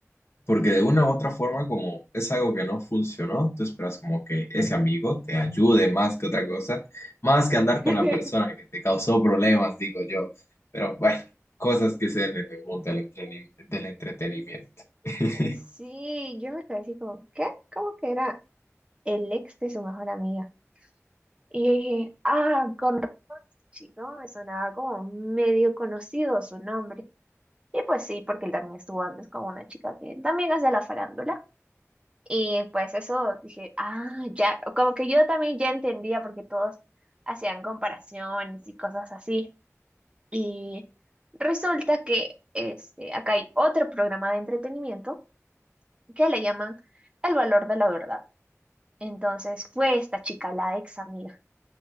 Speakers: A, on the left; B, on the right.
A: Porque de una u otra forma, como es algo que no funcionó, tú esperas como que ese amigo te ayude más que otra cosa, más que andar
B: <laughs>
A: con la persona que te causó problemas, digo yo. Pero bueno, cosas que se den en el mundo del entreni- del entretenimiento. <laughs>
B: Sí, yo me quedé así como, ¿qué? ¿Cómo que era el ex de su mejor amiga? Y yo dije, ah, con chico, me sonaba como medio conocido su nombre. Y pues sí, porque él también estuvo antes con una chica que también es de la farándula. Y pues eso dije, ah, ya, como que yo también ya entendía porque todos hacían comparaciones y cosas así. Y resulta que este, acá hay otro programa de entretenimiento que le llaman El valor de la verdad. Entonces fue esta chica, la ex amiga,